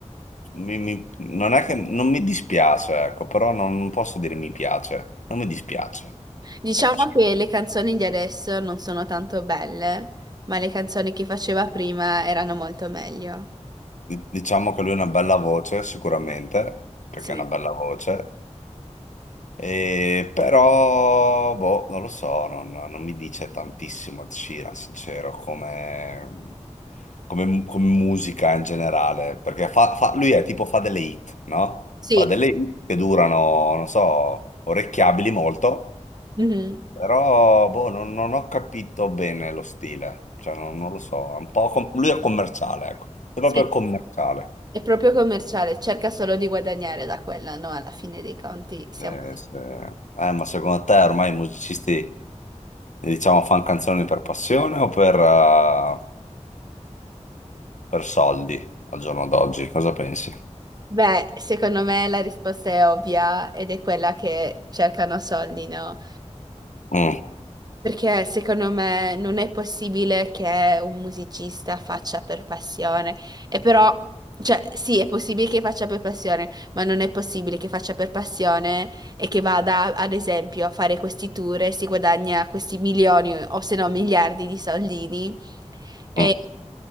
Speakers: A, on the left; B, on the right.
A: mi- mi- non è che non mi dispiace, ecco, però non, non posso dire mi piace, non mi dispiace.
B: Diciamo
A: Dic-
B: che le canzoni di adesso non sono tanto belle, ma le canzoni che faceva prima erano molto meglio.
A: Diciamo che lui ha una bella voce, sicuramente, perché
B: Sì.
A: ha una bella voce, E però, boh, non lo so, non, non mi dice tantissimo Ed Sheeran, sincero, come, come- come musica in generale, perché fa- fa- lui è tipo fa delle hit, no?
B: Sì.
A: Fa delle hit che durano, non so, orecchiabili molto,
B: Mhm.
A: però, boh, non, non ho capito bene lo stile, cioè non, non lo so, è un po' com- lui è commerciale, ecco, è proprio
B: Sì,
A: commerciale.
B: è proprio commerciale, cerca solo di guadagnare da quella, no? Alla fine dei conti siamo...
A: Eh, se- eh, ma secondo te ormai i musicisti... Diciamo, fan canzoni per passione o per, eh, per soldi al giorno d'oggi? Cosa pensi?
B: Beh, secondo me la risposta è ovvia ed è quella che cercano soldi, no?
A: Mm,
B: Perché secondo me non è possibile che un musicista faccia per passione. E però, cioè, sì, è possibile che faccia per passione, ma non è possibile che faccia per passione e che vada, ad esempio, a fare questi tour e si guadagna questi milioni o se no miliardi di soldini. E
A: mm.